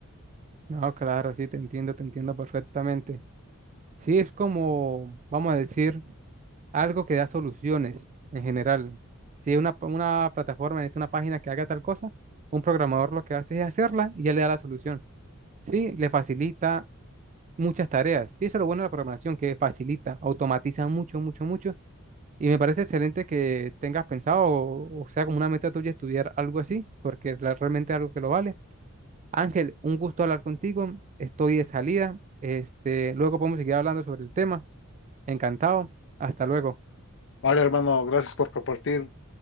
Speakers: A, on the right; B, on the left.
A: No, claro, sí, te entiendo, te entiendo perfectamente. Sí, es como, vamos a decir, algo que da soluciones en general. Si una, p- una plataforma necesita una página que haga tal cosa, un programador lo que hace es hacerla y ya le da la solución. Sí, le facilita muchas tareas. Sí, eso es lo bueno de la programación, que facilita, automatiza mucho, mucho, mucho. Y me parece excelente que tengas pensado o, o sea como una meta tuya estudiar algo así, porque es la- realmente algo que lo vale. Ángel, un gusto hablar contigo. Estoy de salida. Este, luego podemos seguir hablando sobre el tema. Encantado. Hasta luego.
B: Vale, hermano, gracias por compartir